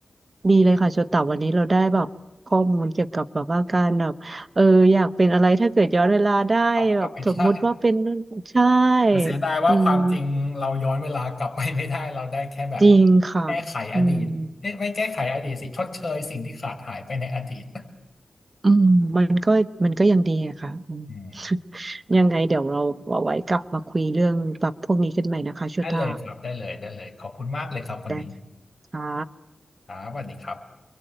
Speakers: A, on the right (about 40°); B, on the left (about 45°).
A: ดีเลยค่ะโชตะวันนี้เราได้แบบข้อมูลเกี่ยวกับแบบว่าการแบบเอออยากเป็นอะไรถ้าเกิดย้อนเวลาได้แบบสมมุติว่าเป็นนู่นใช่
B: เอากลับไปได้แต่เสียดายว่าความจริงเราย้อนเวลากลับไปไม่ได้เราได้แค่แบบ
A: อืมจริงค่ะอืม
B: แก้ไขอดีตเอ๊ะไม่แก้ไขอดีตสิชดเชยสิ่งที่ขาดหายไปในอดีต
A: อืมมันก็มันก็ยังดีอะค่ะอืม
B: อืม
A: <laughs> ยังไงเดี๋ยวเราเอาไว้กลับมาคุยเรื่องแบบพวกนี้กันใหม่นะคะชุ่า
B: ได้เลยครับได้เลยได้เลยขอบคุณมากเลยครับวันนี้
A: แต่ค่ะ
B: ครับสวัสดีครับ